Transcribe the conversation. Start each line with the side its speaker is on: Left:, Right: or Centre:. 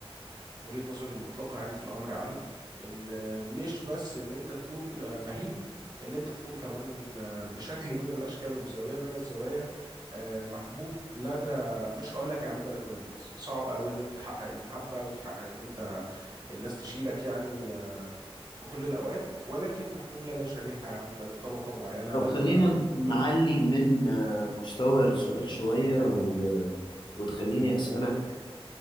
Right: وجهة نظري المطلقة يعني في الأمر يا علي إن مش بس إن أنت تكون مهيب إن أنت تكون كمان بشكل من الأشكال وبزاوية من الزوايا آه، محبوب لدى مش هقول لك يا عم لدى كل الناس صعب قوي إن أنت تحقق المحبة وتحقق إن أنت الناس تشيلك يعني آه، في كل الأوقات ولكن محبوب لدى شريحة يا عم لدى طبقة معينة
Left: طب
Right: لدى
Left: خلينا نعلي
Right: مم،
Left: من آه مستوى السؤال شوية و... وتخليني أسألك